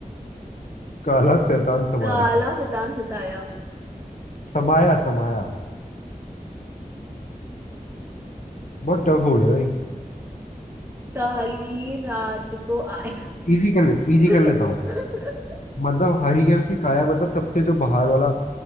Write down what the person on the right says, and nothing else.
काला शैतान सताया
काली रात को आया
<laughs>